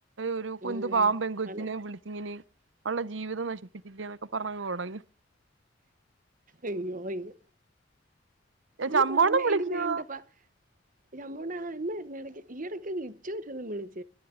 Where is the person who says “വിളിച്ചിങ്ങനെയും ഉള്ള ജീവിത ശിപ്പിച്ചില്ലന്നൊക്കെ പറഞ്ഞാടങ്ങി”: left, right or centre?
Right